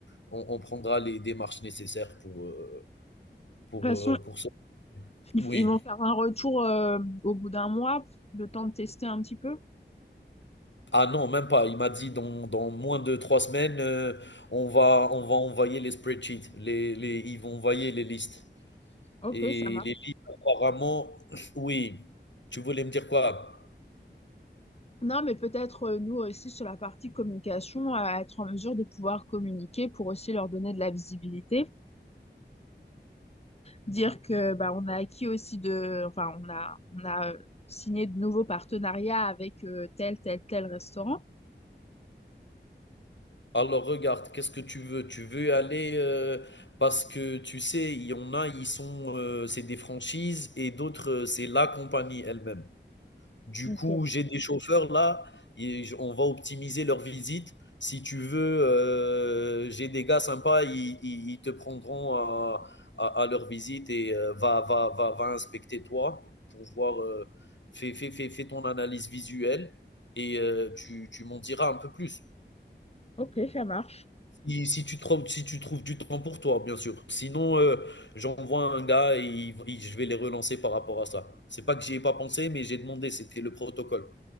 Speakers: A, on the left (about 75°); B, on the left (about 35°).
A: on, on prendra les démarches nécessaires pour, euh, pour,
B: façon,
A: euh, pour ça.
B: ils
A: Oui.
B: ils vont faire un retour euh, au bout d'un mois, le temps de tester un petit peu.
A: Ah non, même pas. Il m'a dit dans, dans moins de trois semaines, euh, on va, on va envoyer les spreadsheets. Les, les, ils vont envoyer les listes.
B: Ok,
A: Et
B: ça marche.
A: les listes, apparemment, <clears throat> oui. Tu voulais me dire quoi?
B: Non, mais peut-être euh, nous aussi sur la partie communication, à être en mesure de pouvoir communiquer pour aussi leur donner de la visibilité. dire que bah, on a acquis aussi de, enfin, on a, on a euh, signé de nouveaux partenariats avec euh, tel, tel, tel restaurant.
A: Alors regarde, qu'est-ce que tu veux? Tu veux aller euh, parce que tu sais, il y en a, ils sont, euh, c'est des franchises et d'autres, euh, c'est la compagnie elle-même. Du
B: Ok,
A: coup, j'ai des chauffeurs là et j- on va optimiser leur visite. Si tu veux, euh, j'ai des gars sympas, ils, ils- ils te prendront à, à- à leur visite et euh, va, va, va, va inspecter toi pour voir, euh, fais, fais, fais, fais ton analyse visuelle et euh, tu, tu m'en diras un peu plus.
B: ok, ça marche.
A: Si, si tu trouves, si tu trouves du temps pour toi, bien sûr. Sinon, euh, j'envoie un gars et il- il- je vais les relancer par rapport à ça. C'est pas que j'y ai pas pensé, mais j'ai demandé, c'était le protocole.